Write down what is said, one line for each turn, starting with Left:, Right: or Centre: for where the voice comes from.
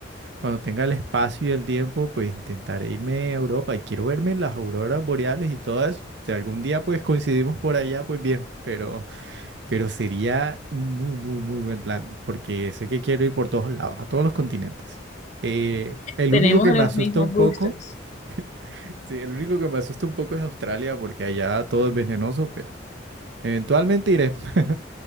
Right: cuando tenga el espacio y el tiempo, pues intentaré irme a Europa y quiero verme las auroras boreales y todo eso. Si algún día pues coincidimos por allá, pues bien, pero, pero sería un muy, muy, muy buen plan, porque sé que quiero ir por todos lados, a todos los continentes. Eh, el
Left: tenemos
Right: único que
Left: los
Right: me asusta
Left: mismos
Right: un
Left: gustos.
Right: poco, <laughs> sí, el único que me asusta un poco es Australia, porque allá todo es venenoso, pero eventualmente iré <laughs>